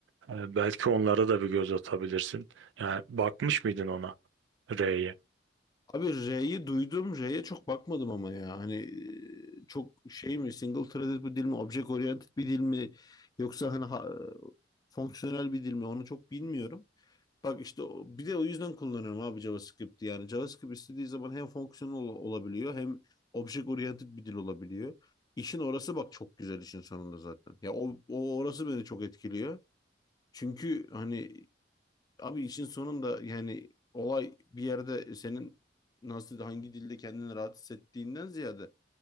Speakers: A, on the right; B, on the left.
A: Ee, belki onlara da bir göz atabilirsin. Yani bakmış mıydın ona R'ye?
B: Abi R'yi duydum. R'ye çok bakmadım ama ya. Hani e, çok şey mi single threaded bir dil mi, object oriented bir dil mi yoksa hani ha- e, fonksiyonel bir dil mi onu çok bilmiyorum. Bak işte o- bir de o yüzden kullanıyorum abi JavaScript'i. Yani JavaScript istediği zaman hem fonksiyonel ol- olabiliyor hem object oriented bir dil olabiliyor. İşin orası bak çok güzel işin sonunda zaten. Ya o, o orası beni çok etkiliyor. Çünkü hani Abi işin sonunda yani olay bir yerde senin nasıl hangi dilde kendini rahat hissettiğinden ziyade